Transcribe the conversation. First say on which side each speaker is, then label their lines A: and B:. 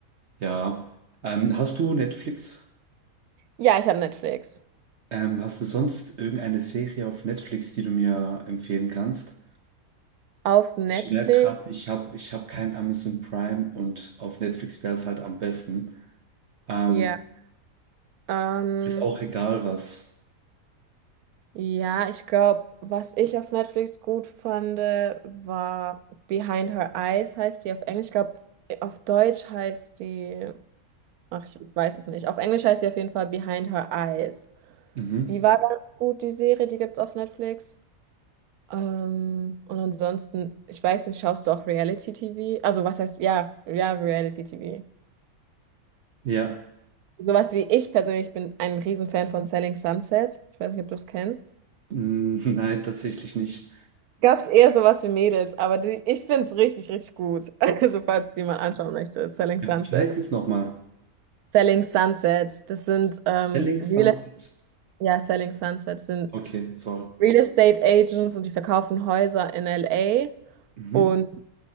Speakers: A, on the right; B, on the right.
A: ja. Ähm, hast du Netflix?
B: Ja, ich habe Netflix.
A: Ähm, hast du sonst irgendeine Serie auf Netflix, die du mir empfehlen kannst?
B: Auf Netflix?
A: Ich merke gerade, ich habe ich hab kein Amazon Prime und auf Netflix wäre es halt am besten. Ähm,
B: Ja. Ähm,
A: ist auch egal was.
B: Ja, ich glaube, was ich auf Netflix gut fand, war Behind Her Eyes, heißt die auf Englisch. Ich glaube, auf Deutsch heißt die, ach, ich weiß es nicht. Auf Englisch heißt sie auf jeden Fall Behind Her Eyes.
A: Mhm.
B: Die war ganz gut, die Serie, die gibt's auf Netflix. Ähm, und ansonsten, ich weiß nicht, schaust du auch Reality-TV? Also, was heißt, ja, ja, Reality-TV.
A: Ja.
B: Sowas wie ich persönlich bin ein Riesenfan von Selling Sunset. Ich weiß nicht, ob du es kennst.
A: Mm, <laughs> Nein, tatsächlich nicht.
B: Gab es eher sowas für Mädels, aber die, ich finde es richtig, richtig gut. <laughs> Also, falls die mal anschauen möchte, Selling Sunset.
A: Ja. Wie heißt es nochmal?
B: Selling Sunset, das sind ähm,
A: Selling
B: Real,
A: Sunsets.
B: ja, Selling Sunset sind
A: Okay, voll.
B: Real Estate Agents und die verkaufen Häuser in LA.
A: Mhm.
B: Und